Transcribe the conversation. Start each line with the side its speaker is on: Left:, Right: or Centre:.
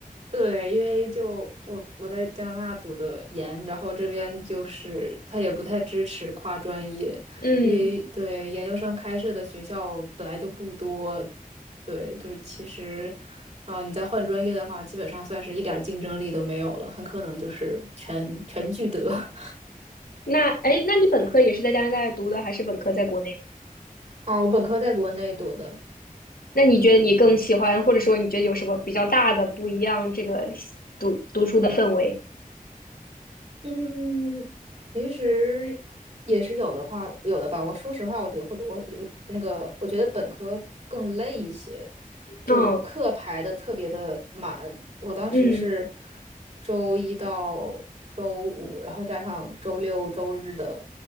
Right: 对，因为就我我在加拿大读的研，然后这边就是他也不太支持跨专业，
Left: 嗯，
Right: 因为对研究生开设的学校本来就不多，对，就是其实，啊、你再换专业的话，基本上算是一点儿竞争力都没有了，很可能就是全全聚德。<laughs>
Left: 那哎，那你本科也是在加拿大读的，还是本科在国内？
Right: 啊，我本科在国内读的，
Left: 那你觉得你更喜欢，或者说你觉得有什么比较大的不一样？这个读读书的氛围？
Right: 嗯，平时也是有的话，有的吧。我说实话，我觉得会，我我那个，我觉得本科更累一些，就课排的特别的满。
Left: 嗯
Right: 我当时是
Left: 嗯，
Right: 周一到周五，然后加上周六周日的